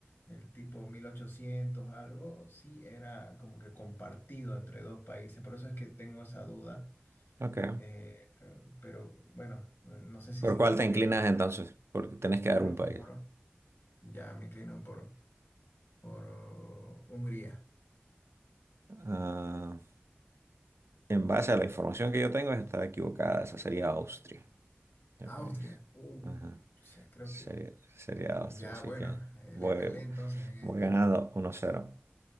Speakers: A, on the left; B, on the right.
A: el tipo 1800 algo, sí era como que compartido entre dos países. Por eso es que tengo esa duda.
B: ok.
A: eh, eh, pero bueno, eh, no sé si
B: ¿Por
A: se
B: cuál
A: quedó
B: te
A: directamente
B: inclinas entonces?
A: con,
B: Porque tenés que dar
A: por,
B: un país.
A: por- ya me inclino por, por oh, Hungría.
B: Ah, en base a la información que yo tengo, está equivocada. Esa sería Austria, el
A: Austria,
B: país.
A: uh,
B: Ajá.
A: ya creo
B: Sería,
A: que,
B: sería Austria,
A: ya
B: así
A: bueno,
B: que
A: eh,
B: voy,
A: le pelé entonces en esta.
B: voy ganando 1-0.